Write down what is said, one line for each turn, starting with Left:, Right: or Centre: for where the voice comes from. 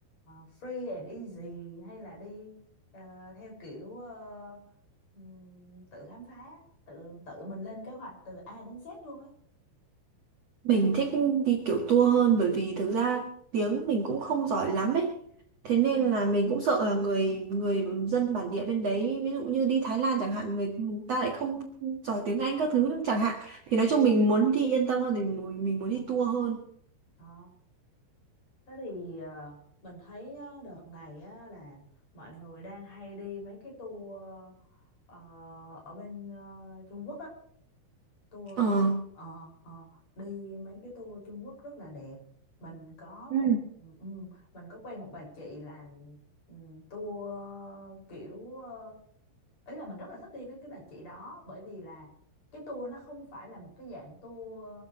Left: free and easy hay là đi ờ, theo kiểu ờ, ừm, tự khám phá tự tự mình lên kế hoạch từ A đến Z luôn ấy
Right: Mình thích đi kiểu tour hơn bởi vì thực ra tiếng mình cũng không giỏi lắm ấy. Thế
Left: ừ.
Right: nên là mình cũng sợ là người người dân bản địa bên đấy, ví dụ như đi Thái Lan chẳng hạn, người ta lại không giỏi tiếng Anh các thứ nữa chẳng hạn. Thì nói chung mình muốn đi yên tâm hơn thì mình, mình muốn đi tour hơn.
Left: Ồ. Thế thì ờ, mình thấy á, đợt này á, là mọi người đang hay đi mấy cái tour ờ, ở bên ờ, Trung Quốc á tour
Right: Ờ.
Left: ờ ờ, đi mấy cái tour Trung Quốc rất là đẹp mình có
Right: Ừ.
Left: một ừ, ừ, mình có quen một bà chị làm ừ, tour kiểu ờ, ý là mình rất là thích đi với cái bà chị đó bởi vì là cái tour nó không phải là một cái dạng tour